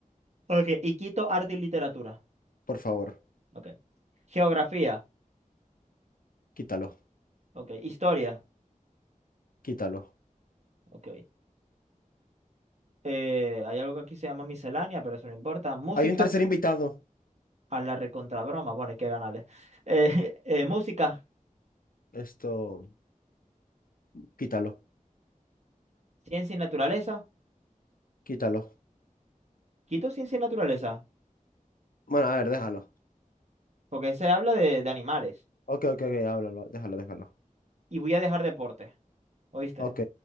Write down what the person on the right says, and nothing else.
Ok, y quito arte y literatura.
Ok. Geografía.
Ok. Historia.
Ok. Eh, hay algo que aquí se llama miscelánea, pero eso no importa. Música.
A la recontrabroma. Bueno, hay que ganarle. Eh, <laughs> eh, música.
Ciencia y naturaleza.
Quito ciencia y naturaleza.
Porque se habla de, de animales.
Y voy a dejar deporte. ¿Oíste?